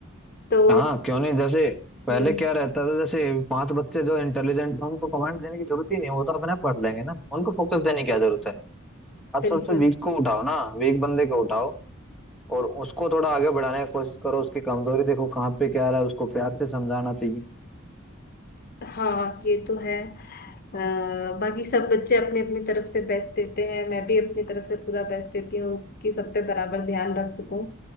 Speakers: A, on the left; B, in the centre.
A: तो
B: हाँ क्यों नहीं जैसे पहले
A: हम्म
B: क्या रहता था जैसे पांच बच्चे जो इंटेलिजेंट थे उनको कमेंट देने की जरूरत ही नहीं वो तो अपने पढ़ लेंगे ना उनको फोकस देने की क्या जरूरत है आप
A: बिल्कुल
B: सबसे वीक को उठाओ ना वीक बंदे को उठाओ और उसको थोड़ा आगे बढ़ाने की कोशिश करो उसकी कमजोरी देखो कहाँ पे क्या रहा है उसको प्यार से समझाना चाहिए
A: हाँ ये तो है अ, बाकी सब बच्चे अपने अपनी तरफ से बेस्ट देते हैं मैं भी अपनी तरफ से पूरा बेस्ट देती हूँ कि सब पे बराबर ध्यान रख सकूं